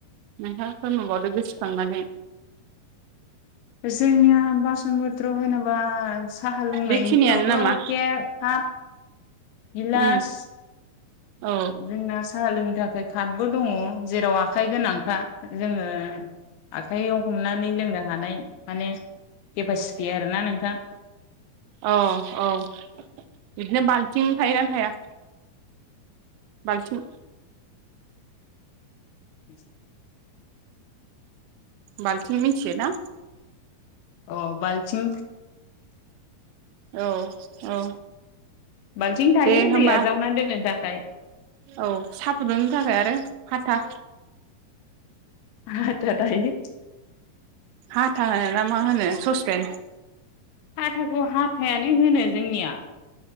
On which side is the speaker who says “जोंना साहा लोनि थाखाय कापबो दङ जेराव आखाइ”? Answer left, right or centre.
Left